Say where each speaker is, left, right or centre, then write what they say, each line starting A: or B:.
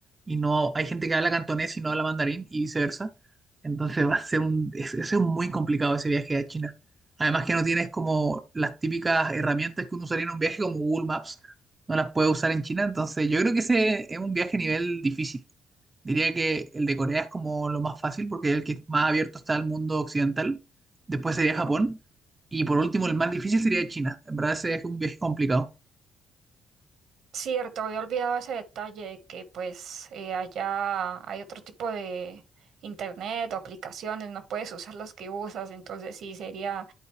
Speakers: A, on the right; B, on the right.
A: Y no hay gente que habla cantonés y no habla mandarín y viceversa. Entonces va a ser un, es, ese es un muy complicado ese viaje a China. Además que no tienes como las típicas herramientas que uno usaría en un viaje como Google Maps, no las puedes usar en China. Entonces yo creo que ese es un viaje a nivel difícil. Diría que el de Corea es como lo más fácil porque es el que más abierto está al mundo occidental. Después sería Japón. Y por último, el más difícil sería China. En verdad, ese es un viaje complicado.
B: Cierto, había olvidado ese detalle de que pues eh, allá hay otro tipo de internet o aplicaciones, no puedes usar las que usas, entonces sí sería